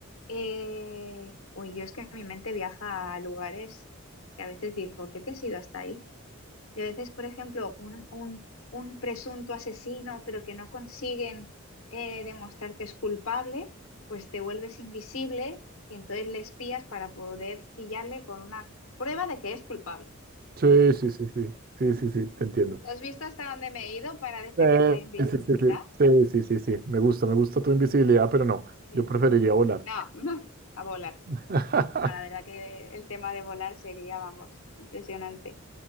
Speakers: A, on the left; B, on the right.
A: Eh... Uy, yo es que mi mente viaja a lugares que a veces digo, ¿por qué te has ido hasta ahí? Y a veces, por ejemplo, un, un- un presunto asesino, pero que no consiguen eh, demostrar que es culpable, pues te vuelves invisible y entonces le espías para poder pillarle con una prueba de que es culpable.
B: Sí, sí,
A: <laughs>
B: sí, sí, sí, sí, sí, te entiendo.
A: ¿Has visto hasta dónde me he ido para defender
B: Eh,
A: la invisibilidad?
B: Sí, sí, sí, sí, sí, sí, sí, sí, me gusta, me gusta tu invisibilidad, pero no,
A: Sí.
B: yo preferiría volar.
A: No, <laughs> a volar.
B: <laughs>
A: No, la verdad que el tema de volar sería, vamos, impresionante.